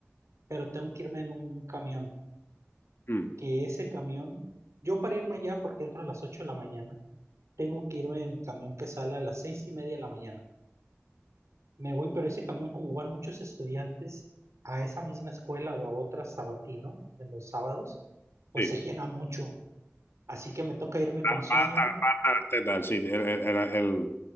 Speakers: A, on the right; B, on the left.
A: pero tengo que irme en un camión,
B: mm,
A: que ese camión, yo para irme allá porque entro a las 8 de la mañana, tengo que irme en el camión que sale a las seis y media de la mañana. me voy, pero ese camión, como van muchos estudiantes a esa misma escuela o a otra sabatino en los sábados, pues
B: sí.
A: se llena mucho. Así que me toca irme con
B: Pata,
A: sueño.
B: pata, las tetas, sí, el, el, el, el-